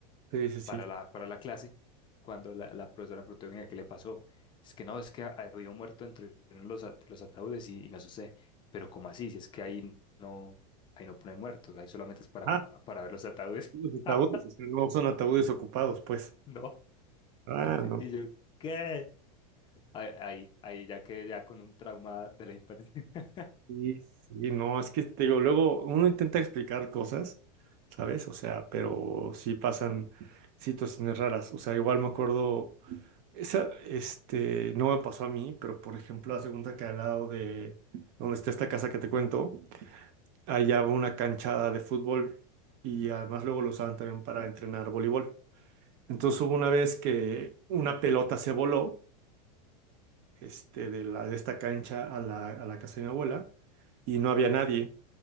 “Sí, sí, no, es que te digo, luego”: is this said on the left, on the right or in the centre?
Right